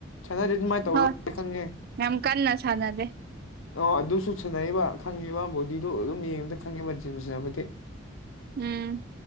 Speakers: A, on the left (about 80°); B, on the right (about 50°).
A: ꯁꯥꯟꯅꯗꯤ ꯑꯗꯨꯃꯥꯏꯅ ꯇꯧꯔꯣꯏ
B: ꯍꯣꯏ
A: ꯈꯪꯉꯦ
B: ꯌꯥꯝ ꯀꯟꯅ ꯁꯥꯟꯅꯗꯦ
A: ꯑꯣ ꯑꯗꯨꯁꯨ ꯁꯥꯟꯟꯅꯔꯤꯕ ꯈꯪꯉꯤꯕ ꯕꯣꯗꯤꯗꯨꯣ ꯑꯗꯨꯝ ꯌꯦꯡꯉꯕꯗ ꯈꯪꯉꯤꯕ ꯁꯕꯗꯤꯦ
B: ꯎꯝ